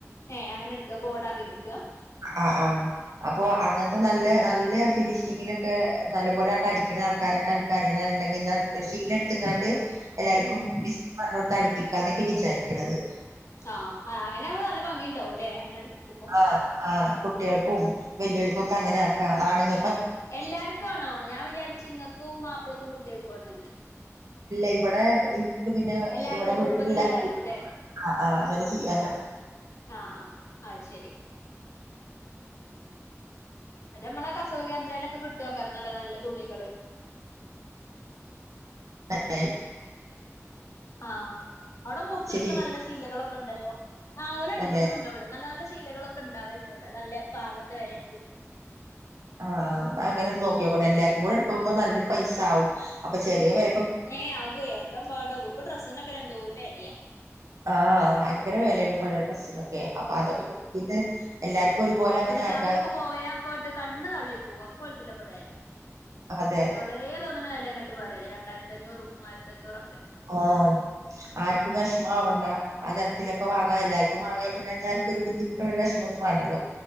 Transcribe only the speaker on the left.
ഏഹ് അങ്ങനെ എട്ക്ക കോഡാക്കി എട്ക്കാ
ഉം
ആഹ് ആഹ് അങ്ങനെ ആവുമ്പോ നല്ല ഭംഗിയുണ്ടാവുംല്ലേ അങ്ങനെ അടുപ്പിക്കുമ്പോ
എല്ലാർക്കും ആണോ ഞാൻ വിചാരിച്ച് ഇങ്ങൾക്കും മാപ്പിളക്കും കുട്ടികൾക്കും ആണ്ന്ന്
എല്ലാർക്കും
കുടുംബത്തിലെ എല്ലാർക്കും ല്ലേ
ആ ആ അ ശെരി അത്മ്മളെ കസവ കേന്ദ്രൽൊക്കെ കിട്ടു വെക്കാറ് നല്ല നല്ല തുണികള് <inaudible>
ആ അവിടെ മുറിച്ചെടുക്കണ
നല്ല ശീലകളൊക്കെ ഉണ്ടല്ലോ ആഓല അടിച്ചിട്ടും
ഉണ്ട് അവിടെ നല്ല നല്ല ശീലകളൊക്കെ ഉണ്ടാവലണ്ട് ഇവിടെ നല്ല പാകത്തെ വിലക്ക്
ഏ ആകുവേ ആക്കാ പാടക ഇപ്പൊ ഡ്രസ്സൊക്കെ എന്തോ ഒരു വരിയ
തുണശാപ്പക്കൊക്കെ
പോയാപ്പോയിട്ട് കണ്ണ് തള്ളി പോക അ കൊലത്തില്ലപ്പൊ വേല
തൊളേ തോന്നണ വിലംങ്ങെട്ട് പറയാല്ലേ രണ്ടായിരത്തി അഞ്ഞൂറ് മൂവായിരത്തി അഞ്ഞൂറൊക്കെ